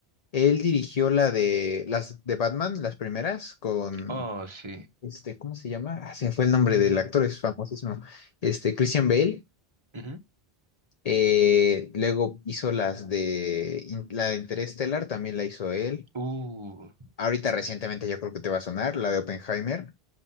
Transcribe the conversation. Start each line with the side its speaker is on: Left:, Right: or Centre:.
Left: Él dirigió la de, las de Batman, las primeras, con,
Right: Oh, sí.
Left: este, ¿cómo se llama? Ah, se me fue el nombre del actor, es famosísimo, este, Christian Bale.
Right: Ujú.
Left: Eh, luego hizo las de in- la de Interestelar, también la hizo él.
Right: Uh,
Left: Ahorita recientemente yo creo que te va a sonar, la de Oppenheimer,